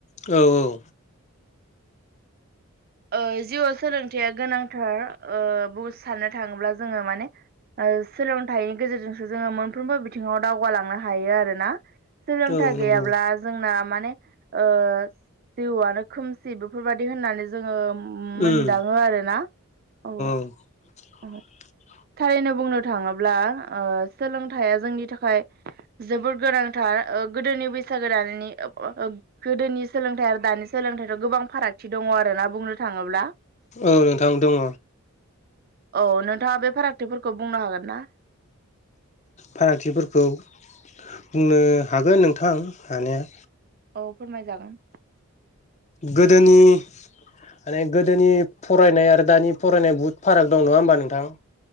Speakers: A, on the left; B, on the right.
A: औ औ
B: ओ जिउआव सोलोंथाइया गोनांथार ओ बु साननो थाङोब्ला जोङो माने ओ सोलोंथाइनि गेजेरजोंसो जोङो मोनफ्रोमबो बिथिङाव दावगालांनो हायो आरोना। सोलोंथाइ
A: औ नंगौ
B: गैयाब्ला जोंना माने ओ जिउआनो खोमसि बेफोरबायदि होननानै जोङो मोनदाङो
A: उम
B: आरो ना औ
A: <inaudible>
B: औ थारैनो बुंनो थाङोब्ला ओ सोलोंथाइया जोंनि थाखाय जोबोद गोनांथार। गोदोनि बैसागो दानि गोदोनि सोलोंथाइ आरो दानि सोलोंथाइ गोबां फारागथि दङ' आरोना बुंनो थाङोब्ला।
A: औ नोंथां दङ'
B: औ नोंथाङा बे फारागथिफोरखौ बुंनो हागोन ना?
A: फारागथिफोरखौ बुंनो हागोन नोंथां हानाया
B: औ फोरमायजागोन।
A: गोदोनि। माने गोदोनि फरायनाय आरो दानि फरायनाय बहुद फाराग दं नङा होमबा नोंथां।